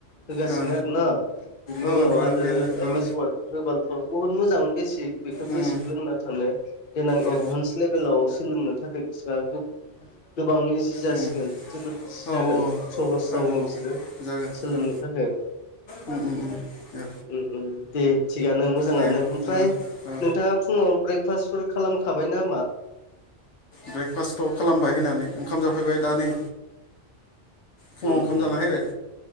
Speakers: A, on the left; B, on the left.
A: होगासिनो
B: ओ
A: आरो न'? बिनि
B: ओ
A: उनाव
B: ड्रयिं
A: आरो
B: पेन बेफोरखौ
A: एम एस वार्ड होबालथ' बहुत मोजां बेसिक बेखौ
B: उम
A: बेसिक लोंना थांनो देनां
B: औ
A: एदभान्स लेभेलाव सोलोंनो थाखाय बिसोरहा गोबांन इजि जासिगोन
B: उम
A: जोबोद जि जागोन
B: औ
A: सहस जागोन
B: औ
A: बिसोरो
B: जागोन
A: सोलोंनो
B: ओ
A: थाखाय।
B: उम उम उम। ओ
A: उम उम दे थिगानो मोजाङानो
B: दे
A: ओमफ्राय
B: ओ ओ
A: नोंथाङा फुङाव ब्रेकफास्ट फोर खालामखाबायना मा?
B: ब्रेकफास्टथ' खालामबाय होननानै ओंखाम जाफैबाय दा नै फुङाव
A: उम
B: ओंखाम जाना फैबाय।